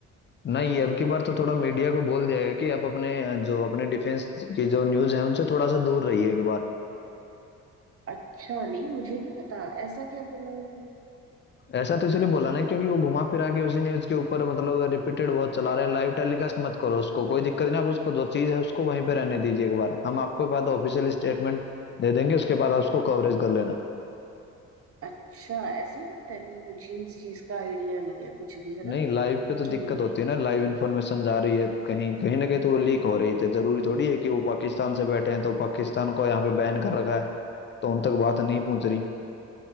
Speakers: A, on the left (about 40°); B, on the right (about 50°).
A: नहीं अब की बार तो थोड़ा मीडिया को बोल दिया गया कि आप अपने अ, जो अपने डिफेंस की जो न्यूज है उनसे थोड़ा सा दूर रहिए एक बार
B: अच्छा नहीं मुझे नहीं पता ऐसा क्या बोला उन्होंने।
A: ऐसा तो इसलिए बोला ना क्योंकि वो घुमा फिरा के उसी न्यूज के ऊपर मतलब रिपीटेड बहुत चला रहे हैं लाइव टेलीकास्ट मत करो उसको कोई दिक्कत नहीं आप उसको जो चीज है उसको वहीं पे रहने दीजिए एक बार हम आपके बाद ऑफिशियल स्टेटमेंट दे देंगे उसके बाद आप उसको कवरेज कर लेना
B: अच्छा ऐसी बात है नहीं मुझे इस चीज का आइडिया नहीं है कुछ भी है
A: नहीं
B: ना
A: लाइव पे तो दिक्कत
B: कि
A: होती है ना लाइव इन्फॉर्मेशन जा रही है कहीं कहीं ना कहीं तो वो लीक हो रही थी जरूरी थोड़ी है कि वो पाकिस्तान से बैठे हैं तो पाकिस्तान को यहाँ पे बैन कर रखा है तो उन तक बात नहीं पहुंच रही